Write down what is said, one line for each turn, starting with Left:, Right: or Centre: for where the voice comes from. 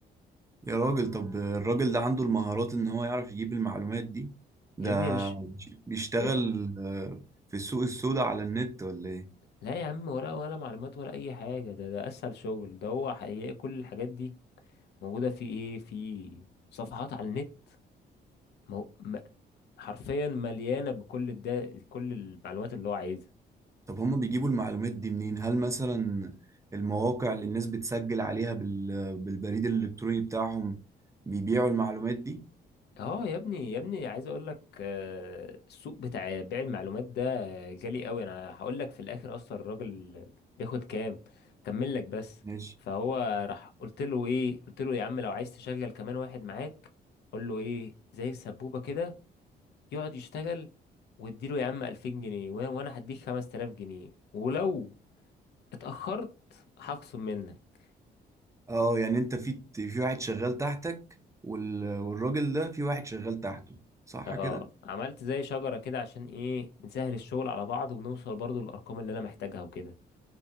Right: يا راجل طب الراجل ده عنده المهارات ان هو يعرف يجيب المعلومات دي ده
Left: يا ابني يا مش
Right: بيشتغل
Left: إيه؟
Right: آه، في السوق السوداء على النت ولا ايه
Left: لا يا عم ولا ولا معلومات ولا اي حاجة ده ده اسهل شغل ده هو حقيقي كل الحاجات دي موجودة في ايه في صفحات على النت مو... م... حرفيا مليانه بكل الدا... كل المعلومات اللي هو عايزها
Right: طب هما بيجيبوا المعلومات دي منين؟ هل مثلا المواقع اللي الناس بتسجل عليها بال... بالبريد الإلكتروني بتاعهم بيبيعوا المعلومات دي؟
Left: اه يا ابني يا ابني عايز اقول لك آه، السوق بتاع بيع المعلومات ده غالي قوي انا هقول لك في الاخر اصلا الراجل بياخد كام كمل لك بس
Right: ماشي
Left: فهو راح قلت له ايه قلت له يا عم لو عايز تشغل كمان واحد معاك قول له ايه زي السبوبه كده يقعد يشتغل واديله يا عم 2000 جنيه وانا وأنا هديك 5000 جنيه ولو اتاخرت هخصم منك
Right: اه يعني انت في في واحد شغال تحتك وال... والراجل ده في واحد شغال تحته صح
Left: اه
Right: كده؟
Left: عملت زي شجرة كده عشان ايه نسهل الشغل على بعض ونوصل برضو للأرقام اللي أنا محتاجها وكده